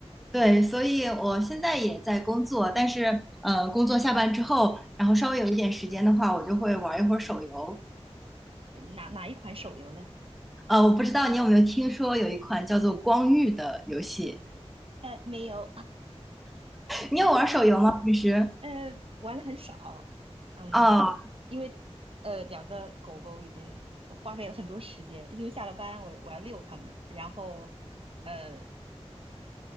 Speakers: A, in the centre; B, on the right.
A: 对，所以我现在也在工作，但是呃，工作下班之后，然后稍微有一点时间的话，我就会玩一会儿手游。
B: 哪哪一款手游嘞？
A: 呃，我不知道你有没有听说有一款叫做《光遇》的游戏，
B: 呃，没有，
A: 你有玩手游吗？平时？
B: 呃，玩的很少，嗯，
A: 啊
B: 因为呃，两个狗狗已经花费了很多时间，因为下了班我我要遛它们，然后呃